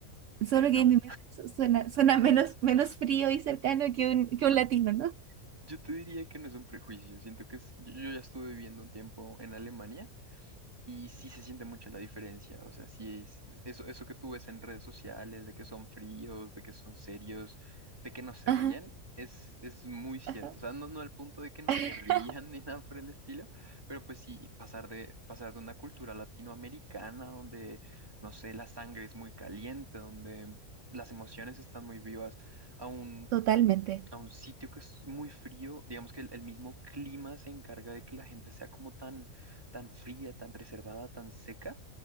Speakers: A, on the right (about 70°); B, on the right (about 15°).
A: Solo
B: Eh, no,
A: que en mi mente su- suena, suena menos, menos frío y cercano que un, que un latino, ¿no?
B: yo te diría que no es un prejuicio, siento que es- yo yo ya estuve viviendo un tiempo en Alemania. Y sí se siente mucho la diferencia, o sea, sí es eso, eso que tú ves en redes sociales, de que son fríos, de que son serios, de que no se
A: Ajá.
B: ríen, es, es muy cierto.
A: Ajá.
B: O sea, no, no al punto de que no
A: <laughs>
B: se rían <laughs> ni nada por el estilo, pero pues sí, pasar de, pasar de una cultura latinoamericana donde, no sé, la sangre es muy caliente, donde las emociones están muy vivas, a un
A: Totalmente.
B: a un sitio que es muy frío, digamos que el, el mismo clima se encarga de que la gente sea como tan, tan fría, tan reservada, tan seca,